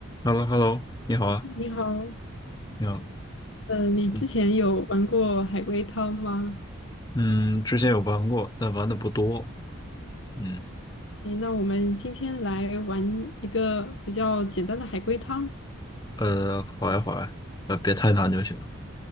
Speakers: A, on the left; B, on the left.
A: Hello，Hello，你好啊，
B: 你好，
A: 你好，
B: 嗯，你之前有玩过海龟汤吗？
A: 嗯嗯，之前有玩过，但玩的不多，嗯，
B: 诶，那我们今天来玩一个比较简单的海龟汤，
A: 呃，好呀好呀，呃，别太难就行，